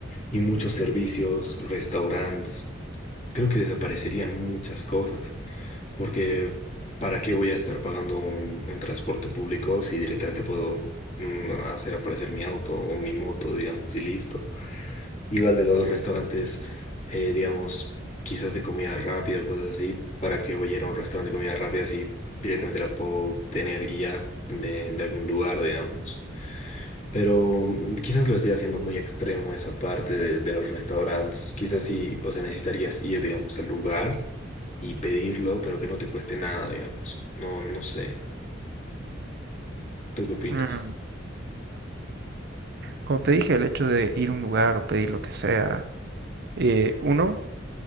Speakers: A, on the left; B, on the right.
A: y muchos servicios, restaurantes. Creo que desaparecerían muchas cosas. Porque, ¿para qué voy a estar pagando un, un transporte público si directamente puedo mm, hacer aparecer mi auto o mi moto, digamos, y listo? Igual de los restaurantes, eh, digamos, quizás de comida rápida, cosas así, para que voy a ir a un restaurante de comida rápida, si directamente la puedo tener y ya de, de algún lugar, digamos. Pero mm, quizás lo estoy haciendo muy extremo esa parte de, de los restaurantes. Quizás sí, o sea, necesitarías ir, digamos, al lugar y pedirlo, pero que no te cueste nada, digamos. No, no sé. ¿Tú qué opinas?
B: Mm, Como te dije, el hecho de ir a un lugar o pedir lo que sea, eh, uno,